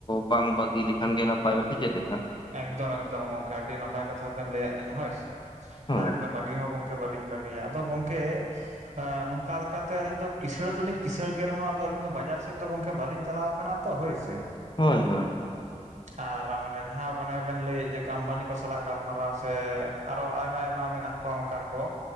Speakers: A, on the left; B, on the right.
A: ᱵᱟᱝ ᱵᱟᱹᱜᱤ ᱞᱮᱠᱷᱟᱱ ᱜᱮ ᱱᱟᱯᱟᱭ ᱵᱟᱥᱮ ᱪᱮᱫ ᱞᱮᱠᱟ?
B: ᱮᱠᱫᱚᱢ ᱮᱠᱫᱚᱢ ᱜᱚᱝᱠᱮ ᱟᱹᱰᱤ ᱱᱟᱯᱟᱭ ᱠᱟᱛᱷᱟ ᱵᱮᱱ ᱞᱟᱹᱭ ᱟᱫ ᱞᱤᱧᱟᱹ ᱦᱳᱭ ᱥᱮ
A: ᱦᱳᱭ
B: ᱮᱠᱫᱚᱢ ᱵᱷᱟᱹᱜᱤ ᱦᱚᱸ ᱜᱚᱝᱠᱮ, ᱵᱟᱹᱞᱤᱧ ᱵᱟᱹᱜᱤᱭᱟ ᱟᱫᱚ ᱜᱚᱝᱠᱮ, ᱱᱚᱝᱠᱟ ᱞᱮᱠᱟᱛᱮ ᱟᱹᱞᱤᱧ ᱫᱚ ᱠᱤᱥᱟᱬ ᱫᱚᱞᱤᱧ ᱠᱤᱥᱟᱬ ᱜᱮ ᱨᱮᱦᱚᱸ ᱟᱫᱚ ᱟᱹᱞᱤᱧ ᱫᱚ ᱵᱟᱡᱟᱨ ᱥᱮᱫ ᱫᱚ ᱜᱚᱝᱠᱮ ᱵᱟᱹᱞᱤᱧ ᱪᱟᱞᱟᱣ ᱠᱟᱱᱟ᱾ ᱛᱚ ᱦᱳᱭ ᱥᱮ᱾
A: ᱦᱳᱭ ᱦᱳᱭ᱾
B: ᱟᱨ ᱨᱟᱢᱟᱱᱮ, ᱡᱟᱦᱟᱸ ᱢᱟᱱᱮ ᱵᱮᱱ ᱞᱟᱹᱭ ᱮᱫ ᱡᱮ ᱟᱢᱵᱟᱱᱤ ᱠᱚ ᱥᱟᱞᱟᱜ ᱜᱟᱞᱢᱟᱨᱟᱣ ᱥᱮ ᱟᱨᱚ ᱟᱭᱢᱟ ᱟᱭᱢᱟ ᱢᱮᱱᱟᱜ ᱠᱚᱣᱟ ᱚᱱᱠᱟᱱ ᱠᱚ᱾